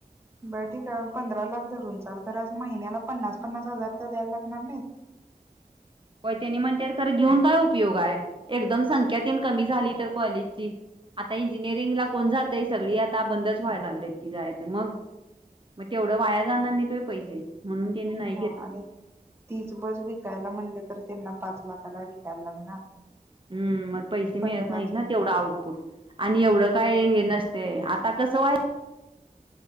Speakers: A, on the right (about 15°); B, on the right (about 35°).
A: बर ठीक आहे, पंधरा लाख धरून चाल. खर असं महिन्याला पन्नास पन्नास हजार तर द्यायला लागणार नाहीत?
B: हो त्यांनी म्हणतात खरं घेऊन काय उपयोग आहे, एकदम संख्या तेन कमी झाली तर कॉलेजची. ता इंजिनिअरिंग ला कोण जातंय सगळी आता बंद व्हाय लागलेत की जायचं, मग मग तेवढं वाया जाणार नाहीत होय पैसे? म्हणून त्यानी नाही
A: मग
B: घेत
A: आणि तीच बस विकायला म्हणलं तर त्यांना पाच लाखाला विकायला लागणार.
B: हम्म मग पैसे
A: पंधराच्या
B: मिळत नाहीत ना तेवढं आउटपुट आणि
A: हम्म
B: एवढं काय हे नसतंय आ त्ता कसं व्हाय